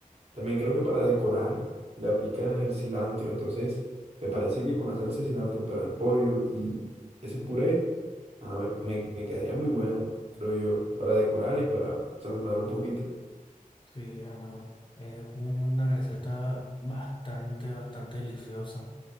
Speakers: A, on the right; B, on the left.
A: También creo que para decorar le aplican el cilantro, entonces me parece que con la salsa de cilantro para el pollo y ese puré. Ah, me, me- me quedaría muy bueno, creo yo, para decorar y para sazonar un poquito.
B: Sí, hermano, es una receta bastante, bastante deliciosa.